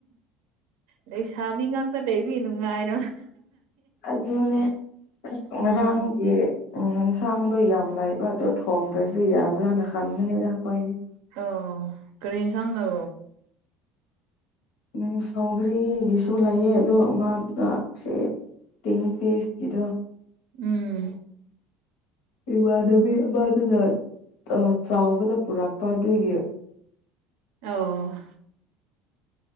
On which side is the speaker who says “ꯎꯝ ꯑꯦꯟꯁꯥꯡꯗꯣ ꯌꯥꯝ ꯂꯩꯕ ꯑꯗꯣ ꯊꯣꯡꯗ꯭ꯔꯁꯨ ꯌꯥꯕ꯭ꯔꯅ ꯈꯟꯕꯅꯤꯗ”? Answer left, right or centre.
Left